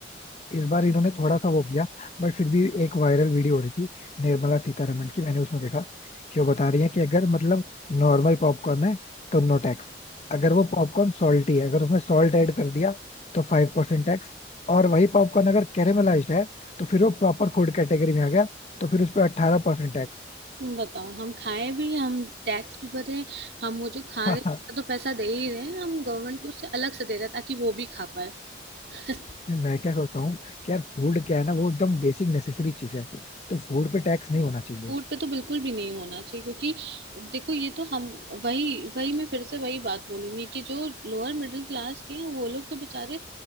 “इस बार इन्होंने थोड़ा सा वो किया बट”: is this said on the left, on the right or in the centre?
Left